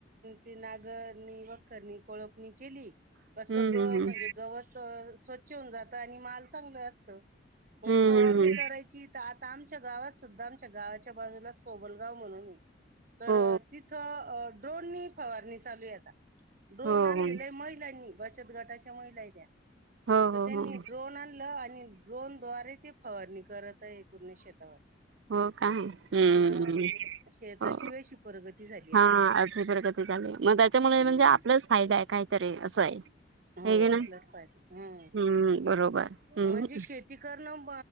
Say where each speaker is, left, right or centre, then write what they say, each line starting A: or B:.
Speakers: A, on the right; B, on the right.
A: ती नागरनी वखरणी कोळपणी केली
B: हम्म
A: सगळं
B: हम्म
A: म्हणजे गवत स्वच्छ होऊन जातं आणि माल चांगलं असतं म
B: हम्म
A: फवारणी
B: हम्म हम्म
A: करायची कि आता आमच्या गावात सुद्धा आमच्या गावाच्या बाजूला सोबलगाव म्हणून आहे तर
B: हो
A: तिथं ड्रोननी फवारणी चालू आहे आता ड्रोन
B: हो
A: आणलंय महिलानी बचत गटाच्या म तर
B: हो हो
A: त्यांनी
B: हो
A: ड्रोन आणलय आणि ड्रोन द्वारे ते फवारणी करत तळे आहे पूर्णे शेतावर
B: हो काय हो
A: हा शेताची वेशी प्रगती झाली आता
B: हा अ आज प्रगत मग त्याच्यामुळे
A: हम्म.
B: म्हणजे आपलाच फायदा आहे काहीतरी असं आहे
A: हो
B: हे घे
A: आपलंच
B: ना
A: फायदा हम्
B: हम्म बरोबर हम्म
A: म्हणजे शेती शेती करण